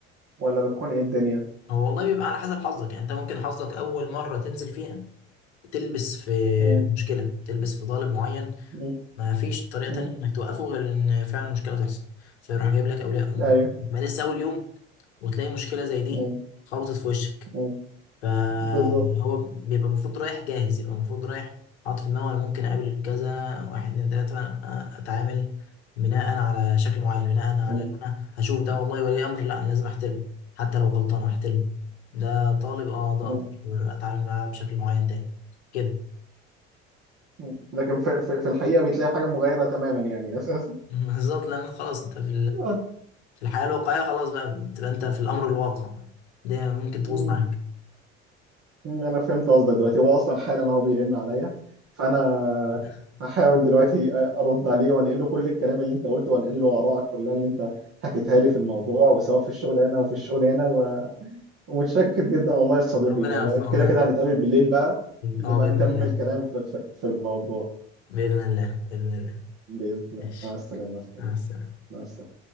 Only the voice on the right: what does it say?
ولا بتكون إيه الدنيا
مم.
مم.
مم.
أيوه
مم.
مم.
بالظبط
مم.
مم.
مم. لكن في, في, في الحقيقة بتلاقي حاجة مغايرة تماما يعني أساسا
آه.
مم.
مم. أنا فهمت قصدك دلوقتي هو أصلا حالا أهو بيرن عليا فأنا
هحاول دلوقتي آه، أرد عليه وأنقل له كل الكلام اللي أنت قلته وأنقل له آرائك كلها اللي أنت حكيتها لي في الموضوع وسواء في الشغل هنا وفي الشغل هنا و... ومتشكر جدا والله يا صديقي
وأنا
كده كده هنتقابل بالليل بقى نبقى
نكمل
كلام في, في, في الموضوع
بإذن الله
مع السلامة يا صديقي
مع السلامة